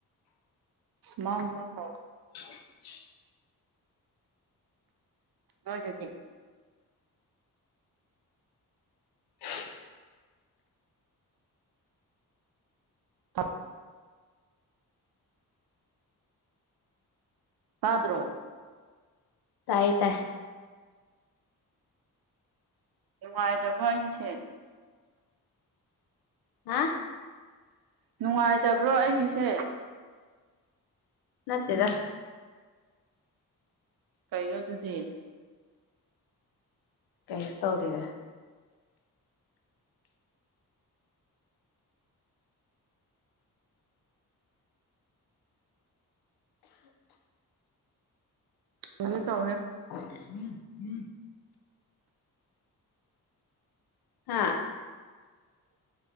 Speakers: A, on the right; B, on the left.
A: ꯃꯝꯕ ꯍꯧꯋꯦ
B: <inaudible>
A: ꯅꯣꯏꯒꯤꯗꯤ <unintelligible>
B: <unintelligible>
A: ꯇꯞ <unintelligible> ꯇꯥꯗ꯭ꯔꯣ
B: ꯇꯥꯏꯌꯦ ꯇꯥꯏ
A: ꯅꯨꯡꯉꯥꯏꯗꯕ ꯑꯩꯒꯤꯁꯦ
B: ꯍꯥ
A: ꯅꯨꯡꯉꯥꯏꯇꯕ꯭ꯔꯣ ꯑꯩꯒꯤꯁꯦ
B: ꯅꯠꯇꯦꯗꯥ
A: ꯀꯩꯅꯣ ꯗꯨꯗꯤ
B: ꯀꯩꯁ ꯇꯧꯗꯦꯗ
A: <unintelligible>
B: <inaudible> ꯍꯥ